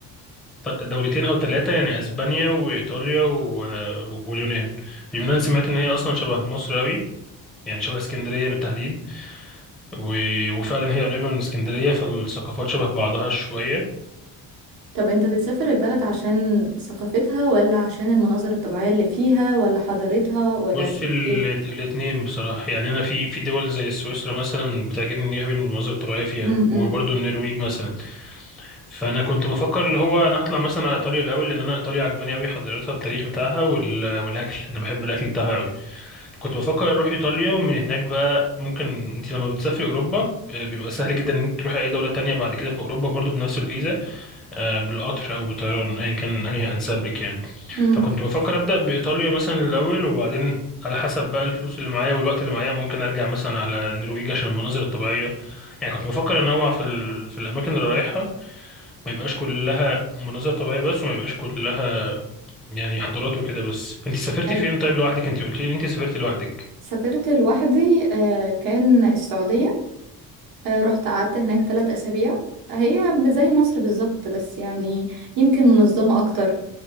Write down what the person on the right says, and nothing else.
طب انت بتسافر البلد عشان ثقافتها ولا عشان المناظر الطبيعية اللي فيها ولا حضارتها ولا
ايه
امم
امم
هل
سافرت لوحدي آه، كان السعودية آه، رحت قعدت هناك ثلاث أسابيع هي زي مصر بالظبط بس يعني يمكن منظمة أكتر